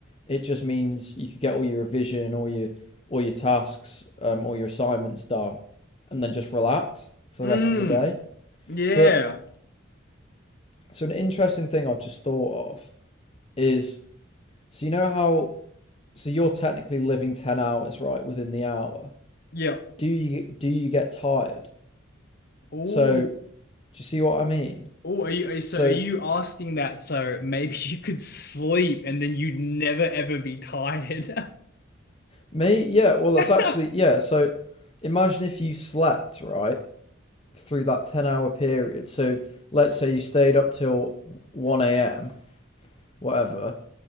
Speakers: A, on the left; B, on the left.
A: It just means you could get all your revision, all your all your tasks, um, all your assignments done, and then just relax for the
B: Mm,
A: rest of the day.
B: yeah.
A: But so an interesting thing I've just thought of is so you know how so you're technically living ten hours right within the hour
B: Yeah.
A: do you do you get tired?
B: Oh,
A: So do you see what I mean?
B: oh, are you, are you, so
A: So
B: are you asking that so maybe <laughs> you could sleep and then you'd never ever be tired?
A: me, yeah, well that's
B: <laughs>
A: actually yeah, so imagine if you slept, right, through that 10 hour period. So let's say you stayed up till 1 a.m., whatever,